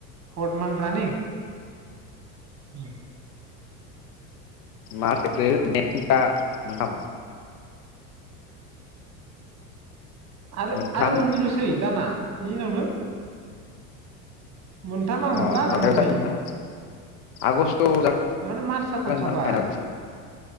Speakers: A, on the right; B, on the left.
A: फर्थ मान्थ रानिं? उम
B: मार्च, एप्रिल, मे <unintelligible> मोनथाम।
A: आरो
B: मोनथाम
A: आरो मोननैल'सै दाना बेनि उनावनो मोनथाम आं
B: अ
A: हमला आरो
B: माबायाव
A: मोननै
B: जागोन ना आगस्ट'आव जाग जागोनदां
A: माने मार्चआ थांखाबाय
B: फाइनेल एक्जाम।